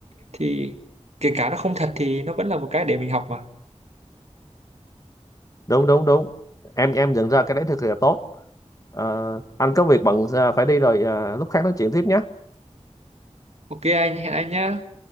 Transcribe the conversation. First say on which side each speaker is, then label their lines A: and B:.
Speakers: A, on the right (about 65°); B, on the left (about 30°).
A: thì kể cả nó không thật thì nó vẫn là một cái để mình học mà
B: đúng đúng đúng em em nhận ra cái đấy thực sự là tốt Ờ, anh có việc bận ờ, phải đi rồi ờ, lúc khác nói chuyện tiếp nhé
A: ok anh hẹn anh nhá